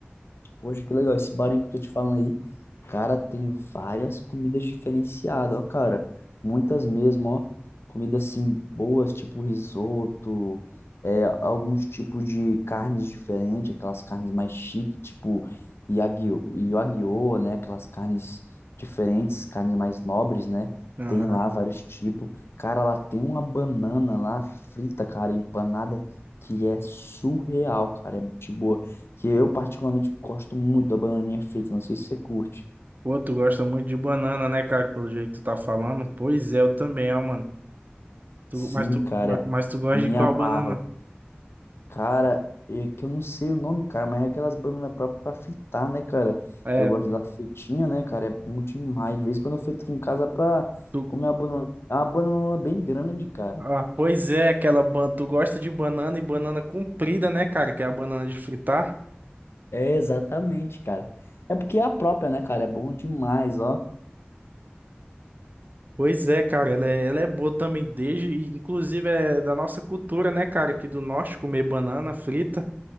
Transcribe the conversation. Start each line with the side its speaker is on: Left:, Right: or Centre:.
Left: Poxa, que legal. Esse bar aí que eu tô te falando aí, cara, tem várias comidas diferenciadas, ó, cara. Muitas mesmo, ó. Comidas assim boas, tipo risoto, é, alguns tipos de carnes diferentes, aquelas carnes mais chiques, tipo Yagyu, Wagyu, né? Aquelas carnes diferentes, carnes mais nobres, né?
Right: Aham.
Left: Tem lá vários tipos. Cara, lá tem uma banana lá frita, cara, empanada, que é surreal, cara. É tipo. Que eu particularmente gosto muito da bananinha frita, não sei se você curte.
Right: Pô, tu gosta muito de banana, né, cara? Pelo jeito que tu tá falando. Pois é, eu também, ó, mano. Tu,
Left: Sim,
Right: mas, tu,
Left: cara,
Right: ma- mas tu gosta
Left: me
Right: de qual
Left: amarro.
Right: banana?
Left: Cara, é que eu não sei o nome, cara, mas é aquelas bananas próprias pra fritar, né, cara?
Right: É.
Left: Que eu gosto da fritinha, né, cara? É bom demais. De vez em quando eu frito aqui em casa pra
Right: tu,
Left: comer uma banana. É uma banana bem grande, cara.
Right: Ah, pois é, aquela banana. Tu gosta de banana e banana comprida, né, cara? Que é a banana de fritar.
Left: É, exatamente, cara. É porque é a própria, né, cara? É bom demais, ó.
Right: Pois é, cara, ela é, ela é boa também desde, e inclusive é da nossa cultura, né, cara, aqui do norte comer banana frita.